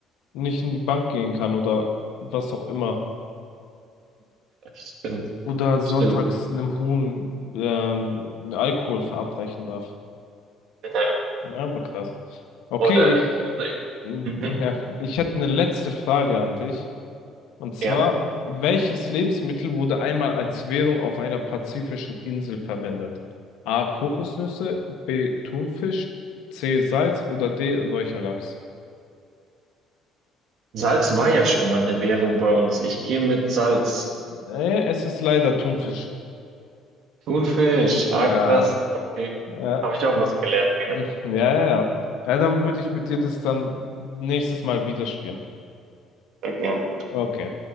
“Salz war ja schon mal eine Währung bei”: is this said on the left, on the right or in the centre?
Right